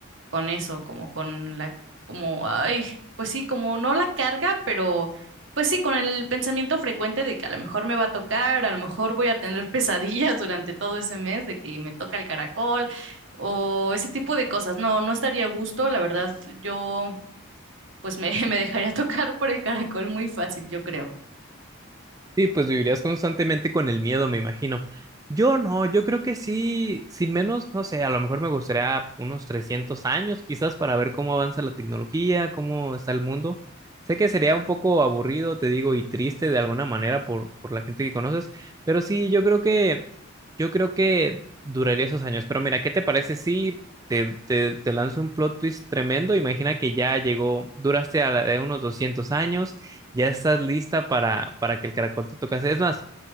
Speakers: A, on the right; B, on the right.
A: con eso, como con la, como, ay, pues sí, como no la carga, pero pues sí, con el pensamiento frecuente de que a lo mejor me va a tocar, a lo mejor voy a tener <laughs> pesadillas durante todo ese mes de que me toca el caracol o ese tipo de cosas. No, no estaría a gusto, la verdad, yo pues me, <laughs> me dejaría tocar por el caracol muy fácil, yo creo.
B: Sí, pues vivirías constantemente con el miedo, me imagino. Yo no, yo creo que sí, sin menos, no sé, a lo mejor me gustaría unos 300 años quizás para ver cómo avanza la tecnología, cómo está el mundo. Sé que sería un poco aburrido, te digo, y triste de alguna manera por, por la gente que conoces, pero sí, yo creo que, yo creo que duraría esos años. Pero mira, ¿qué te parece si te, te, te lanzo un plot twist tremendo? Imagina que ya llegó, duraste a la- de unos doscientos años ya estás lista para, para que el caracol te tocase. Es más,